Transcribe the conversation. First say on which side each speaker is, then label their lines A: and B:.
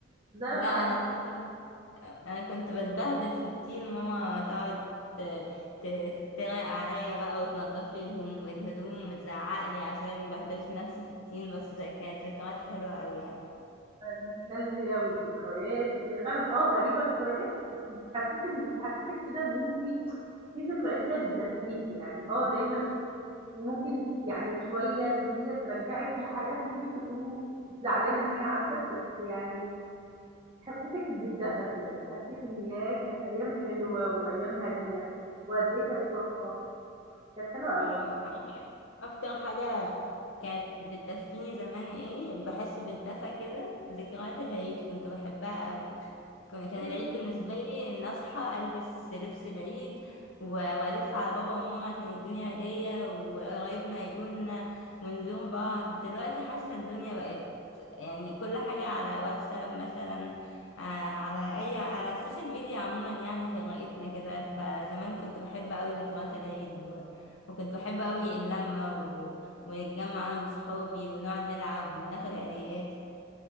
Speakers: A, on the right; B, on the left.
A: ده
B: لا
A: معايا
B: انا
A: حتى
B: بقى كنت- انا كنت بتبهدل في الطين وماما تقعد ت- ت- تتريق عليا بقى وتنضف لي الهم- الهدوم وتزعق لي عشان بهدلت نفسي في الطين بس ده كانت ذكريات حلوة اوي يعني
A: النوستالجيا والذكريات هي فعلا اه غريبة شوية بس بتحسسك بتحسسك كده إن أنتي في ذكريات كده بتدفّيكِ يعني، آه دايمًا ممكن يعني شوية إن هي ترجّعِك لحاجات ممكن تكونوا زعلانة إن هي عدّت، بس يعني تحسّسِك بِالدفى كده، تحسّسِك إن ياه! كانت أيام حلوة وأيام هادية وقد إيه كانت صادقة، كانت حلوة
B: اه
A: أوي.
B: اكتر حاجة كانت بتدفيني زمان ايه بحس بالدفى كده ذكريات العيد كنت بحبها قوي كان كان
A: أيوه،
B: العيد بالنسبة لي ان اصحى البس لبس العيد و- والف على بابا وماما عشان يدوني هدية وقرايبنا يجولنا ونزور بعض دلوقتي حاسة الدنيا بقت يعني كل حاجة على واتساب مثلا آه، على اي على السوشيال ميديا عموما يعني في رقتنا كده فزمان كنت بحب قوي ذكريات العيد وكنت بحب أوي اللمة و... ونتجمع أنا وصحابي ونقعد نلعب وناخد عيديات